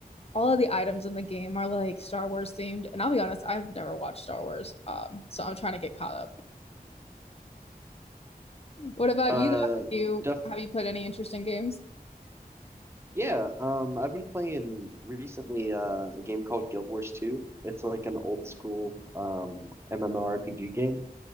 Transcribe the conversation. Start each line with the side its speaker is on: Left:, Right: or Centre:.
Left: all of the items in the game are like Star Wars themed, and I'll be honest, I've never watched Star Wars, um, so I'm trying to get caught up. What about
Right: Uh,
Left: you, though? Have you
Right: def
Left: have you played any interesting games?
Right: yeah. Um, I've been playing recently uh, a game called Guild Wars 2. It's like an old school um MMORPG game.